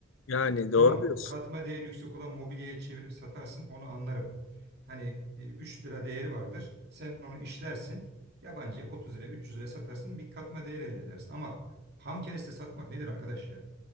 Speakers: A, on the left; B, on the right.
A: yani
B: Tamam,
A: doğru diyorsun.
B: katma değeri yüksek olan mobilyaya çevirip satarsın onu anlarım. Hani e, 3 lira değeri vardır. Sen onu işlersin. Yabancıya 30 liraya 300 liraya satarsın bir katma değer elde edersin. Ama ham kereste satmak nedir arkadaş ya?